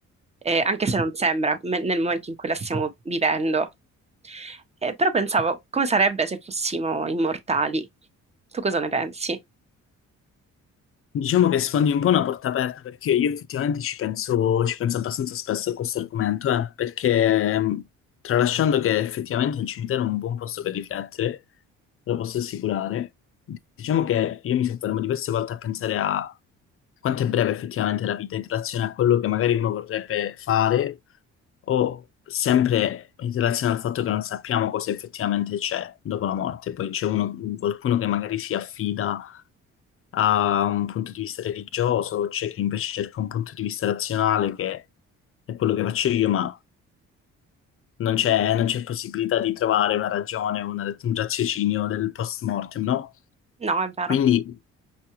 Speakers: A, on the right; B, on the left.
A: Eh, anche se non sembra me- nel momento in cui la stiamo vivendo. Eh, però pensavo, come sarebbe se fossimo immortali? Tu cosa ne pensi?
B: Diciamo che sfondi un po' una porta aperta perché io effettivamente ci penso, ci penso abbastanza spesso a questo argomento, eh, perché mh, tralasciando che effettivamente il cimitero è un buon posto per riflettere, lo posso assicurare, diciamo che io mi soffermo diverse volte a pensare a quanto è breve effettivamente la vita in relazione a quello che magari uno vorrebbe fare o sempre in relazione al fatto che non sappiamo cosa effettivamente c'è dopo la morte, poi c'è uno- qualcuno che magari si affida ha un punto di vista religioso, c'è chi invece cerca un punto di vista razionale, che è quello che faccio io, ma non c'è non c'è possibilità di trovare una ragione, una- un raziocinio del post mortem, no?
A: No, è vero.
B: Quindi.